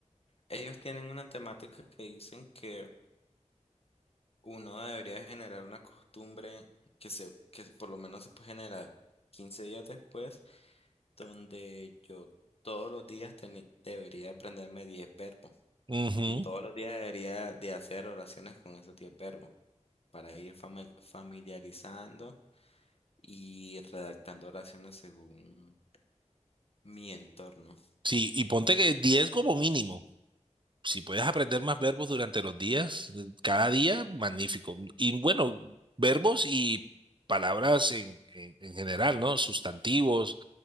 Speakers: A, on the left; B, on the right.
A: ellos tienen una temática que dicen que uno debería generar una costumbre que se, que por lo menos se puede generar 15 días después, donde yo todos los días teni- debería aprenderme 10 verbos
B: Ujú.
A: y todos los días debería de hacer oraciones con esos 10 verbos para ir famil- familiarizando y redactando oraciones según mi entorno.
B: Sí, y ponte que 10 como mínimo. Si puedes aprender más verbos durante los días, eh, cada día, magnífico. Y bueno, verbos y palabras en, en- en general, ¿no? Sustantivos,